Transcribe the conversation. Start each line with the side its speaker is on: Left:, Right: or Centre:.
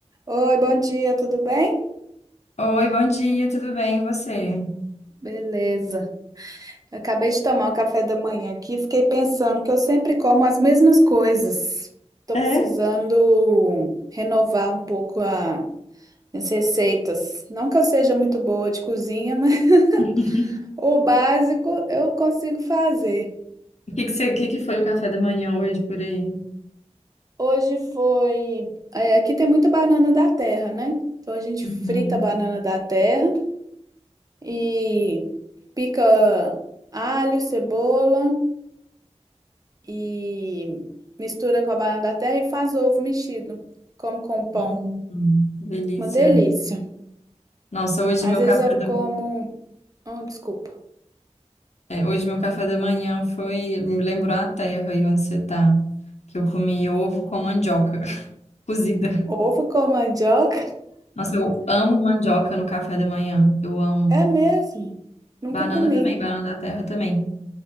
Right: Oi, bom dia, tudo bem?
Left: Oi, bom dia, tudo bem? E você?
Right: Beleza. Eu acabei de tomar o café da manhã aqui, e fiquei pensando que eu sempre como as mesmas coisas. Tô
Left: É?
Right: precisando renovar um pouco a- as receitas. Não que eu seja muito boa de cozinha, mas
Left: <laughs>
Right: <laughs> o básico eu consigo fazer.
Left: O que que você, o que que foi o café da manhã hoje por aí?
Right: Hoje foi. é, aqui tem muita banana da terra, né? Então a gente
Left: Uhum.
Right: frita a banana da terra e pica alho, cebola. e mistura com a banana da terra e faz ovo mexido. Como com um pão.
Left: Uhum. Delícia.
Right: Uma delícia.
Left: Nossa, hoje
Right: Às
Left: meu
Right: vezes
Left: café
Right: eu como.
Left: da,
Right: Oh, desculpa.
Left: é, hoje meu café da manhã foi, me lembrou a terra e onde você tá, que eu comi ovo com mandioca <laughs> cozida.
Right: Ovo com mandioca?
Left: Nossa, eu amo mandioca no café da manhã. Eu amo.
Right: É mesmo. Nunca
Left: Banana
Right: comi.
Left: também, banana da terra também.